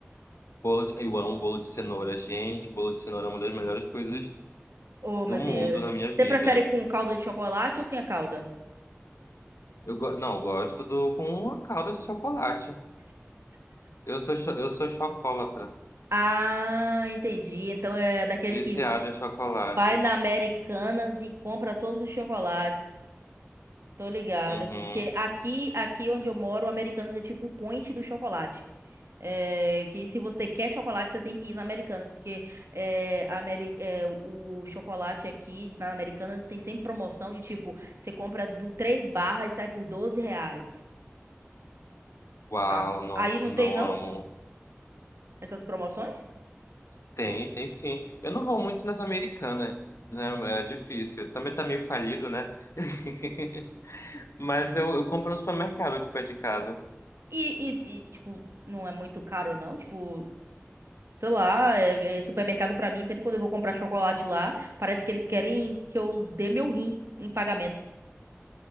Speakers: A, on the left (about 80°); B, on the right (about 65°).
A: Bolo de, eu amo bolo de cenoura, gente. Bolo de cenoura é uma das melhores coisas
B: Oh,
A: do
B: meu
A: mundo
B: Deus.
A: na minha
B: Você
A: vida.
B: prefere com calda de chocolate ou sem a calda?
A: Eu, go- não, eu gosto do com uma calda de chocolate. Eu sou, cho- eu sou chocolatra,
B: Ah, entendi. Então é daquele
A: viciado
B: que
A: em chocolate.
B: vai na Americanas e compra todos os chocolates. Tô ligado.
A: Uhum.
B: Que que aqui, aqui onde eu moro, o Americanas é tipo o point do chocolate. É, que se você quer chocolate, você tem que ir na Americanas, porque é, a Ameri- é, o chocolate aqui na Americanas tem sempre promoção de tipo, você compra do três barras e sai por 12 reais.
A: Uau,
B: Ah,
A: nossa,
B: aí não
A: não
B: tem não
A: amo.
B: essas promoções?
A: Tem, tem sim. Eu não vou muito nas americanas, né? É difícil. Também tá meio falido, né? <laughs> Mas eu, eu compro no supermercado aqui perto de casa.
B: E, e, e, tipo, não é muito caro não? Tipo Sei lá, é- é supermercado pra mim, sempre quando eu vou comprar chocolate lá, parece que eles querem que eu dê meu rim em pagamento.